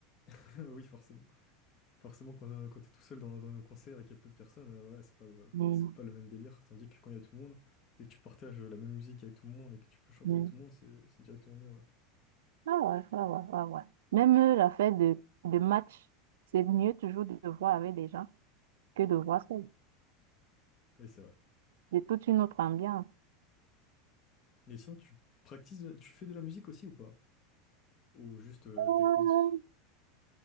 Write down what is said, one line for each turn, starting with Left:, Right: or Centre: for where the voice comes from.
Left: <laughs> Oui, forcément. Forcément, quand, quand t'es tout seul dans, dans nos concerts et qu'il y a peu de personnes, euh, ouais, c'est pas le,
Right: Mm,
Left: c'est pas le même délire. Tandis que quand il y a tout le monde et que tu partages la même musique avec tout le monde et que tu peux chanter
Right: mm.
Left: avec tout le monde, c'est c'est directement mieux, ouais.
Right: Ah ouais, ah ouais, ah ouais. Même euh, l'affaire de, de match, c'est mieux toujours de voir avec des gens que de voir seul.
Left: Oui, c'est vrai.
Right: C'est toute une autre ambiance.
Left: Mais sinon, tu pratiques, tu fais de la musique aussi ou pas? Ou juste euh,
Right: Euh,
Left: t'écoutes?